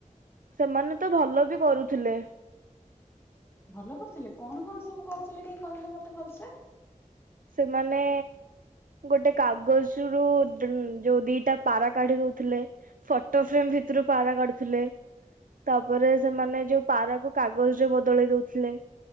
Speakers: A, on the right; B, on the left.
A: ସେମାନେ ତ ଭଲ ବି କରୁଥିଲେ।
B: ଭଲ କରିୁଥିଲେ କଣ କଣ ସବୁ କରୁଥିଲେ। ଟିକେ କହିଲ ମତେ ଭଲସେ।
A: ସେମାନେ। ଗୋଟେ କାଗଜରୁୁ ଦୁର ଯୋଉ ଦି ପାରା କାଢି ଦଉଥିଲେ ଫଟୋ ଫ୍ରେମ ଭିତରୁ ପାରା କାଢୁଥିଲେ। ତାପରେ ସେମାନେ ଯୋଉ ପାରାକୁ କାଗଜରେ ବଦଲେଇ ଦଉଥିଲେ।